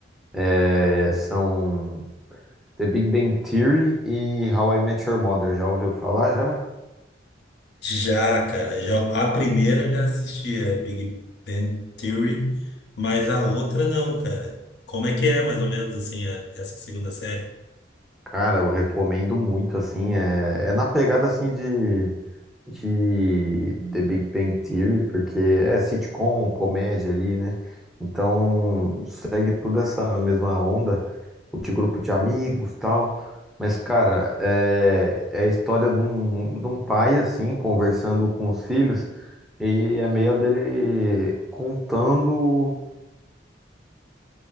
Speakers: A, in the centre; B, on the left.
A: é, são The Big Bang Theory e How I Met Your Mother. Já ouviu falar já?
B: Já, cara, já, a primeira eu já assisti, é Big Bang Theory, mas a outra não, cara. Como é que é, mais ou menos, assim, a- essa segunda série?
A: Cara, eu recomendo muito, assim. É, é na pegada assim de. de The Big Bang Theory, porque é sitcom, comédia ali, né? Então segue toda essa mesma onda, o de grupo de amigos tal. Mas, cara, é, é a história de um, de um pai, assim, conversando com os filhos, e é meio dele contando,